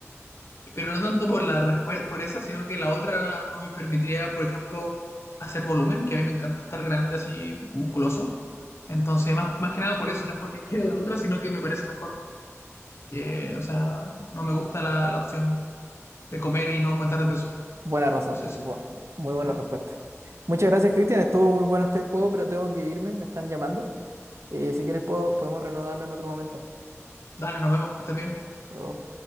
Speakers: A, on the left; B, on the right.
A: Pero no tanto por la respuesta, por esa, sino que la otra no me permitiría, por ejemplo, hacer volumen, que a mí me encanta estar grande así, musculoso. Entonces, más, más que nada por eso, no es porque quiera la otra, sino que me parece mejor. Que, o sea, no me gusta la, la opción de comer y no aumentar de peso.
B: buena razón,
A: Esa es
B: bu-
A: la-
B: muy buena
A: eh.
B: respuesta. Muchas gracias, Cristian, estuvo muy bueno este juego, pero tengo que irme, me están llamando. Eh, si quieres puedo, podemos renovarlo en otro momento. Hasta
A: Dale, nos vemos, que estés bien.
B: luego.